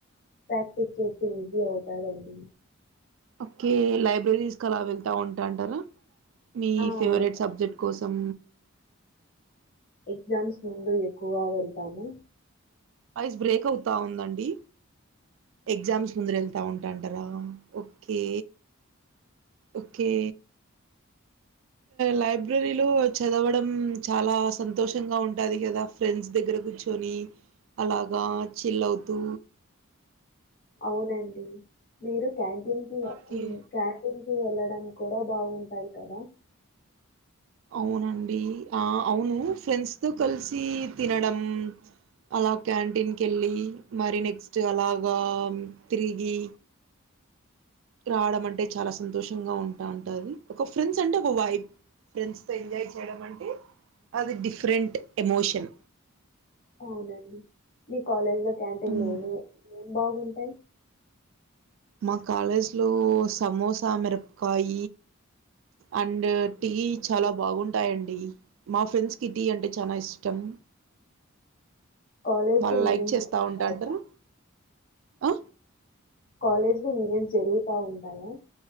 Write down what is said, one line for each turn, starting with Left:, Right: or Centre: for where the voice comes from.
Left: ప్రాక్టిస్ చేస్తే ఈజీ అవుతాదండి
Right: ఓకే లైబ్రరీస్ కలా వెళ్తా ఉంటా అంటారా మీ
Left: ఆ! అవునండి.
Right: ఫేవరెట్ సబ్జెక్ట్ కోసం
Left: ఎగ్జామ్స్ ముందు ఎక్కువగా వెళ్తాము
Right: వాయిస్ బ్రేక్ అవుతా ఉందండి ఎగ్జామ్స్ ముందర వెళ్తా ఉంటాంటారా ఓకే ఓకే లైబ్రరీలో చదవడం చాలా సంతోషంగా ఉంటుంది కదా ఫ్రెండ్స్ దగ్గర కూర్చొని అలాగా చిల్ అవుతూ
Left: అవునండి మీరు క్యాంట్న్కి
Right: ఓకే
Left: క్యాంటిన్ వెళ్ళడం కూడా బాగుంటుంది కదా
Right: అవునండి ఆ అవును ఫ్రెండ్స్తో కలిసి తినడం అలా క్యాంటీన్కి వెళ్ళి మరి నెక్స్ట్ అలాగా తిరిగి రావడం అంటే చాలా సంతోషంగా ఉంటా ఉంటుంది ఒక ఫ్రెండ్స్ అంటే ఒక వైబ్ ఫ్రెండ్స్తో ఎంజాయ్ చేయడం అంటే అది డిఫరెంట్ ఎమోషన్
Left: అవునండి మీ కాలేజీలో క్యాంటీన్లు
Right: హ్మ్.
Left: ఏమి ఏం బాగుంటాయి
Right: మా కాలేజీలో సమోసా మిరపకాయ అండ్ టీ చాలా బాగుంటాయండి మా ఫ్రెండ్స్కి టీ అంటే చాలా ఇష్టం
Left: కాలేజ్‌లో
Right: వాళ్ళు
Left: ఈవెంట్స్
Right: లైక్ చేస్తా
Left: జరుగుతాయా?
Right: ఉంటాంటారు ఆ
Left: కాలేజ్ లో ఈవెంట్స్ జరుగుతా ఉంటాయా